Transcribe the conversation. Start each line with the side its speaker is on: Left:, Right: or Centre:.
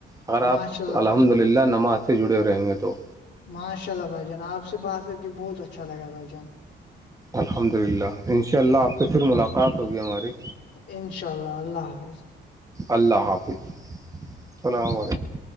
Right: اگر
Left: ماشاء
Right: آپ
Left: اللہ
Right: الحمد للہ نماز سے جڑے رہیں گے تو
Left: ماشاء اللہ بھائی جان آپ سے بات کر کے بہت اچھا لگا بھائی جان
Right: الحمد للہ انشاء اللہ آپ سے پھر ملاقات ہوگی ہماری
Left: انشاء اللہ اللہ حافظ
Right: اللہ حافظ السلام علیکم